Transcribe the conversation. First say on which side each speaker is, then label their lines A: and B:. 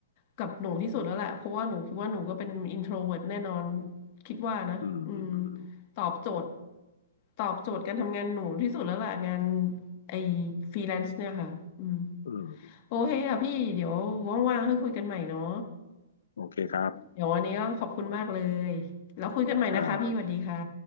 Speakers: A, on the left; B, on the left.
A: กับหนูที่สุดแล้วแหละเพราะว่าหนูคิดว่าหนูก็เป็นอินโทรเวิร์ตแน่นอนคิดว่านะอืม
B: อืมอืมอืม
A: ตอบโจทย์ตอบโจทย์การทำงานหนูที่สุดแล้วล่ะงานไอ้ฟรีแลนซ์เนี่ยค่ะอืม
B: อืมอืม
A: โอเคค่ะพี่เดี๋ยวว่างๆค่อยคุยกันใหม่เนาะ
B: โอเคครับ
A: เดี๋ยววันนี้ก็ขอบคุณมากเลยแล้วคุยกันใหม่นะคะพี่สวัสดีค่ะ
B: ครับ